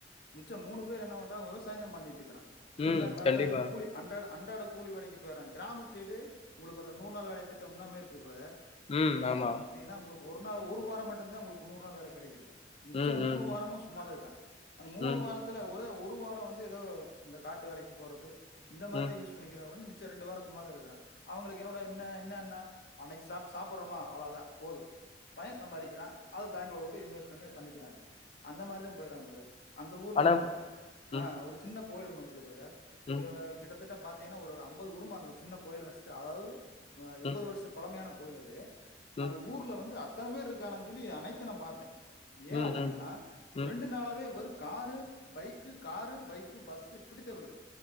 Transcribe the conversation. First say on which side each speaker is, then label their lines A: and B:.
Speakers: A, on the left; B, on the left.
A: மிச்சம் மூணு பேர் என்ன பண்றா விவசாயந் தா பண்ணிட்டுருக்கிறா விவசாயம்
B: ம்
A: பாக்க
B: கண்டிப்பா
A: அந்த கூலி அன்றாட அன்றாட கூலி வேலைக்கு போயர்றா கிராமத்து சைடு உங்களுக்கு அந்த நூறு நாள் வேலை திட்டம் இன்னாமே இருக்கு பிரதர்
B: உம் ஆமா
A: ன்னா உங்களுக்கு ஒரு நாள் ஒரு வார மட்டுந்தே உங்களுக்கு நூறு நாள் வேலை கெடைக்குது மிச்ச
B: ம் ம்
A: மூணு வாரமு சும்மாதா இருக்கா அந்த மூணு
B: ம்
A: வாரத்துல ஒரே ஒ ரு வார வந்து எதோ இந்த காட்டு வேலைக்கு போறது இந்த மாரிதா
B: ம்
A: யூஸ் பண்ணிக்கிறா ஒளிஞ்சு மி ச்ச ரெண்டு வாரோ சும்மா தா இருக்குற அவுங்களுக்கென்னோட என்ன என்ன என்னா அன்னைக்கு சாப் சாப்புர்றமா அவ்ளோ தா அ போது பயைன் சம்பாரிக்கிறா அது பேங்க்ல போட்டு இன்வெஸ்ட் பண்ணி பண்ணிக்கிறாங்க அந்த மாரி தா போயிட்ரா பிரதர் அந்த ஊர்ல
B: ஆனா
A: வந்து
B: ம்
A: ஆ ஒரு சின்னப் கோயில் ஒன்னு இருக்கு பிரதர்
B: ம்
A: இவ கிட்டத்தட்ட பாத் த்தீங்கன்னா ஒரு அம்பது குடும்போ அந்த சின்ன கோயில ஒஸ்தி அதாவது அ எண்பது
B: ம்
A: வருஷ்த்து பழமையானக் கோயிலது அந்த
B: ம்
A: ஊர்ல வந்து அத் த்தன பேருக்கானாச் சொல்லி அனைத்து நா பாத்தே ஏன்
B: ம்
A: அப்புடின்னா
B: ம் ம் ம்
A: ஒ ரெண்டு நாளாவே வெருத் car bike car bike bus இப்புடிதா வருது